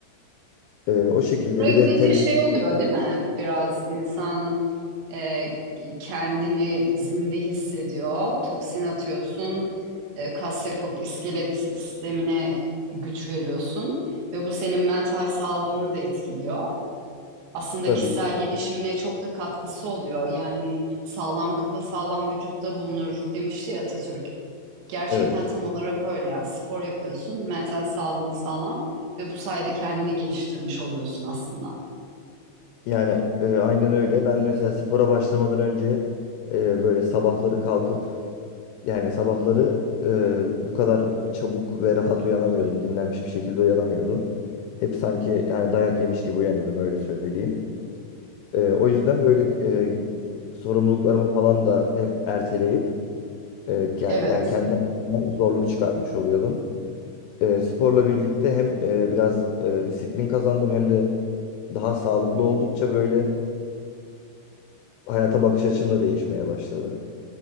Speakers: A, on the left; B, on the right.
A: Ee, o şekilde
B: Buraya
A: bir
B: gidince
A: de tenis
B: şey oluyor değil mi? Biraz insan e, kendini zinde hissediyor. Toksin atıyorsun. e, kas yapıp iskelet sistemine güç veriyorsun. Ve bu senin mental sağlığını da etkiliyor. Aslında
A: tabii
B: kişisel
A: ki.
B: gelişimine çok da katkısı oluyor. Yani sağlam kafa sağlam vücutta bulunur demişti ya Atatürk. Gerçekten
A: Evet.
B: tam olarak öyle yani spor yapıyorsun, mental sağlığın sağlam ve bu sayede kendini geliştirmiş oluyorsun aslında.
A: Yani e, aynen öyle. Ben mesela spora başlamadan önce e, böyle sabahları kalkıp yani sabahları e, bu kadar çabuk ve rahat uyanamıyordum. Dinlenmiş bir şekilde uyanamıyordum. Hep sanki yani dayak yemiş gibi uyanıyordum öyle söyleyeyim. E, o yüzden böyle e, sorumluluklarımı falan da hep erteleyip e, ke-
B: Evet,
A: yani kendi adıma zorluk çıkartmış oluyordum. E, sporla birlikte hem e, biraz e, disiplin kazandım hem de daha sağlıklı oldukça böyle hayata bakış açım da değişmeye başladı.